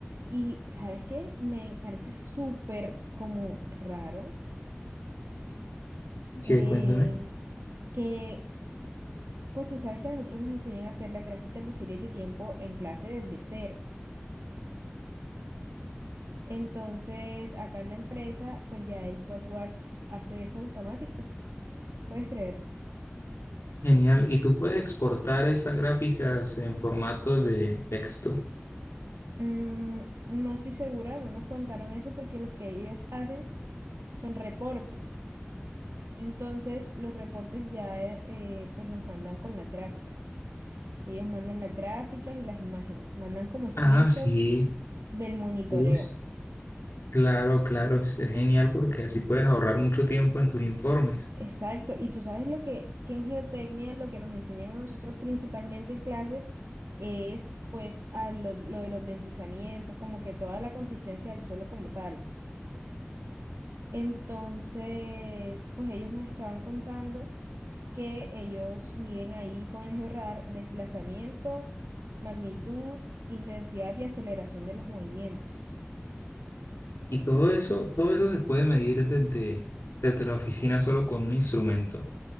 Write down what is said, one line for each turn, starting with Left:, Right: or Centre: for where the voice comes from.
Right: Y, ¿sabes qué? Me parece súper como raro eh,
Left: Que cuéntame.
Right: que, pues tú sabes que nosotros nos enseñan a hacer las gráficas de series de tiempo en clase desde cero. Entonces, acá en la empresa, pues ya el software hace eso automático, ¿puedes creer?
Left: Genial. ¿Y tú puedes exportar esas gráficas en formato de texto?
Right: Mm, no estoy segura, no nos contaron eso porque los que ellos hacen son reportes. Entonces, los reportes ya eh, eh, pues los mandan con las gráficas. Ellos mandan las gráficas y las imágenes, mandan como screenshots
Left: Ah, sí.
Right: del monitoreo.
Left: Uy, claro, claro. Es es genial porque así puedes ahorrar mucho tiempo en tus informes.
Right: Exacto. Y tú sabes lo que, que en geotecnia lo que nos enseñan a nosotros principalmente en clase es pues a lo, lo de los deslizamientos, como que toda la consistencia del suelo como tal. Entonces, pues ellos nos estaban contando. que ellos miden ahí con el georradar desplazamiento, magnitud, intensidad y aceleración de los movimientos.
Left: Y todo eso, todo eso se puede medir desde, desde la oficina solo con un instrumento.